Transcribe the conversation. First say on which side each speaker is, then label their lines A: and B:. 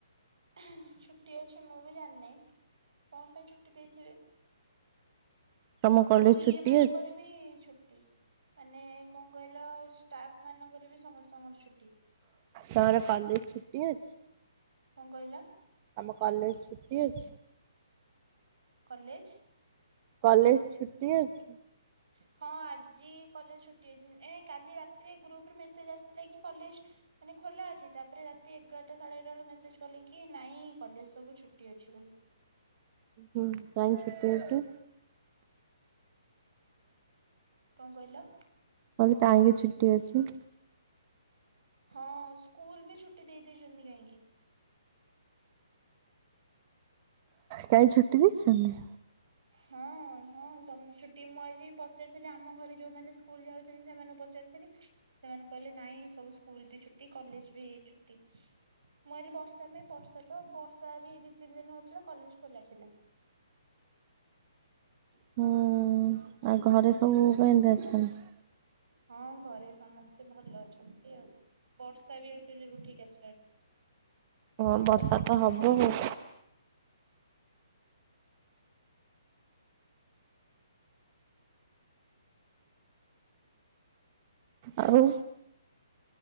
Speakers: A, on the right (about 75°); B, on the right (about 30°).
A: ଆଁ ହା। ଛୁଟି ଅଛି ମୁଁ ବି ଜାଣିନାହିଁ। କଣ ପାଇଁ ଛୁଟି ଦେଇଥିବେ?
B: ତମ କଲେଜ
A: ସବୁ ଇଏ
B: ଛୁଟି
A: ମାନଙ୍କରେ
B: ଅଛି
A: ବି ଛୁଟି। ମାନେ କଣ କହିଲ? ଷ୍ଟାଫ ମାନଙ୍କର ବି ସମସ୍ତଙ୍କର ଛୁଟି।
B: ତମର କଲେଜ ଛୁଟି ଅଛି?
A: କଣ କହିଲ?
B: ତମ କଲେଜ ଛୁଟି ଅଛି?
A: କଲେଜ?
B: କଲେଜ ଛୁଟି ଅଛି?
A: ସେ ହଁ ଆଜି କଲେଜ ଛୁଟି ଅଛି। ଏ କାଲି ରାତିରେ ଗ୍ରୁପରେ ମେସେଜ ଆସିଥିଲା କି କଲେଜ ମାନେ ଖୋଲା ଅଛି। ତାପରେ ରାତି ଏଗାରଟା ସାଢ଼େ ଏଗାରା ବେଳେ ମେସେଜ କଲେ କି ନାଇଁ କଲେଜ ସବୁ ଛୁଟି ଅଛି ବୋଲି।
B: ହୁଁ, କାଇଁ ଛୁଟି ଅଛି?
A: କଣ କହିଲ?
B: ମୁଁ କହିଲି, କାହିଁକି ଛୁଟି ଅଛି?
A: ହଁ ସ୍କୁଲ ବି ଛୁଟି ଦେଇଦେଇଛନ୍ତି କାହିଁକି?
B: କାଇଁ ଛୁଟି ଦେଇଛନ୍ତି?
A: ହଁ ହଁ ତମ ଛୁଟି, ମୁଁ ଆଜି ପଚାରିଥିଲି, ଆମ ଘରେ ଯୋଉମାନେ ସ୍କୁଲ ଯାଉଛନ୍ତି, ସେମାନଙ୍କୁ ପଚାରିଥିଲି। ସେମାନେ କହିଲେ ନାଇଁ ସବୁ ସ୍କୁଲ ବି ଛୁଟି କଲେଜ ବି ଛୁଟି। ମୁଁ ଭାବିଲି ବର୍ଷା ପାଇଁ। ବର୍ଷା ତ ବର୍ଷା ବି ଦି ତିନି ଦିନି ହଉଥିଲା କଲେଜ ଖୋଲା ଥିଲା। କି
B: ହୁଁ ଆଉ ଘରେ ସବୁ କେମିତି ଅଛନ୍ତି?
A: ହଁ ଘରେ ସମସ୍ତେ ଭଲ ଅଛନ୍ତି ଆଉ। ବର୍ଷା ବି ଏଡେ କେଡେ ଜୋରେ ଉଠେଇକି ଆସିଲାଣି।
B: ହଁ ବର୍ଷା ତ ହବ ଆଉ। ଆଉ।